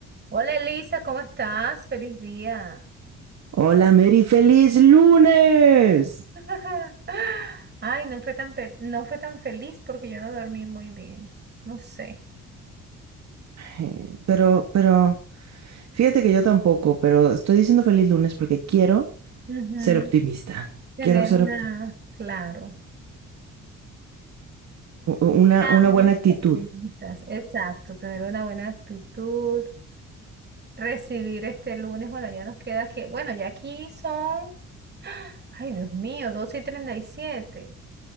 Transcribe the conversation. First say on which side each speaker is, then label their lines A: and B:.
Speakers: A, on the right; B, on the right.
A: Hola Elisa, ¿cómo estás? Feliz día.
B: Hola, Mary, feliz lunes.
A: <laughs> Ay, no fue tan, per- no fue tan feliz porque yo no dormí muy bien. No sé.
B: Eh, Pero, pero, fíjate que yo tampoco, pero estoy diciendo feliz lunes porque quiero
A: Ujú.
B: ser optimista.
A: Tener
B: Quiero ser
A: una,
B: optimista.
A: claro.
B: Una,
A: Seamos
B: una buena actitud.
A: optimistas. Exacto, tener una buena actitud, recibir este lunes. Bueno, ya nos queda que, bueno, ya aquí son, ay Dios mío, 2 y treinta y siete.